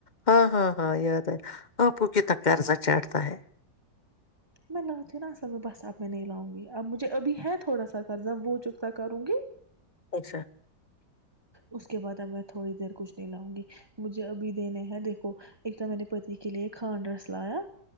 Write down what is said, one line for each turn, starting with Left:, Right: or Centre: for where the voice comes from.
Left: ہاں ہاں ہاں یاد ہے آپو کتنا کررزہ چاڑھتا <inaudible>
Right: میں لاتی ہوں نا اصل میں بس اب میں نہیں لاؤں گی اب مجھے ابھی ہے تھوڑا سا کرضہ وہ چکتا کروں گی
Left: اچھا
Right: اس کے بعد اب میں تھوڑی دیر کچھ نہیں لاؤں گی مجھے ابھی دینے ہیں دیکھو ایک تو میں نے پتی کے لیے کھانڈ رس لایا